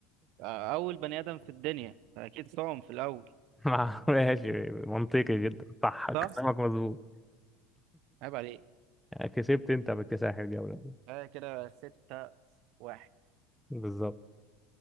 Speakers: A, on the right (about 60°); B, in the centre.
A: آه، أول بني آدم في الدنيا أكيد صام في الأول
B: <laughs> ماشي منطقي جدا صح كلامك
A: صح
B: مظبوط
A: عيب عليك
B: يعني كسبت انت باكتساح الجولة
A: آه كده ستة واحد
B: بالظبط